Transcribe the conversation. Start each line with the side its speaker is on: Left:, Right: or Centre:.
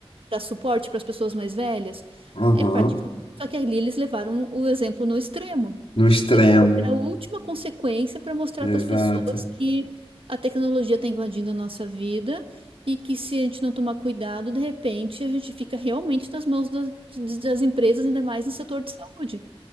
Right: dar suporte para as pessoas mais velhas.
Left: Aham,
Right: É praticamente. Só que ali eles levaram o exemplo no extremo.
Left: no extremo,
Right: Levaram até a última consequência para mostrar
Left: exato.
Right: para as pessoas que a tecnologia está invadindo a nossa vida e que se a gente não tomar cuidado, de repente a gente fica realmente nas mãos das, das empresas, ainda mais no setor de saúde.